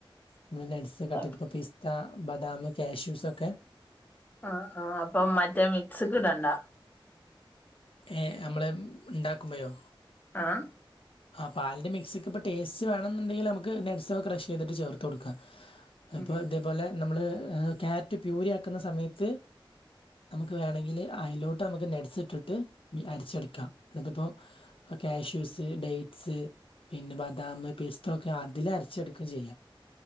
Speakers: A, on the left; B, on the left.
A: നമ്മ നട്സ് ഇത്കട്ടെയ്തിപ്പ
B: ആഹ്
A: പിസ്ത ബദാം കാഷ്യൂസ് ഒക്കെ
B: ആഹ് ആഹ് അപ്പം മറ്റേ മിക്സ്ക്ക് ഇടണ്ട
A: ഏഹ് നമ്മള് ഇണ്ടാക്കുമ്പയോ
B: ആഹ്
A: ആഹ് പാലിന്റെ മിക്സിക്കിപ്പ ടേസ്റ്റ് വേണംന്ന്ണ്ടെങ്കില് നമക്ക് നഡ്സാെന്ന് ക്രഷയ്ത്ട്ട് ചേർത്ത് കൊടുക്കാം അപ്പൊ
B: ഉം
A: ഇതേപോലെ നമ്മള് ക്യാരറ്റ് പ്യൂരി ആക്ക്ന്ന സമയത്ത് നമുക്ക് വേണങ്കില് അയിലോട്ട് നമുക്ക് നട്സിട്ടിട്ട് അരച്ചെടുക്കാം അതിപ്പോ കാഷ്യൂസ് ഡേറ്റ്സ് പിന്നെ ബദാം പിസ്ത ഒക്കെ അതില് അരച്ചെടുക്കയും ചെയ്യാം